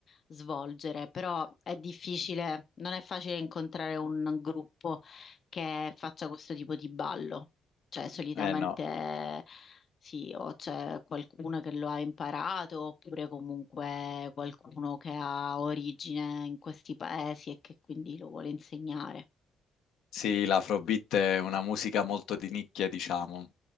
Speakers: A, on the left; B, on the left.
A: svolgere, però è difficile, non è facile incontrare un gruppo che faccia questo tipo di ballo, cioè solitamente
B: Eh no,
A: sì, o c'è qualcuno che lo ha imparato, oppure comunque qualcuno che ha origine in questi paesi e che quindi lo vuole insegnare.
B: sì, l'afrobeat è una musica molto di nicchia, diciamo.